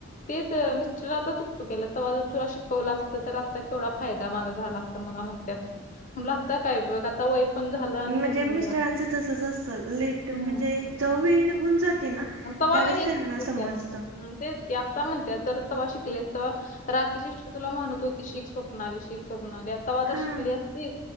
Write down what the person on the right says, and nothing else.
म्हणजे
मिस्टरांच
तसच असतं लेट म्हणजे
जवा वेळ निघून जाते ना
त्यावेळेस
त्यांना
समजतं.
हा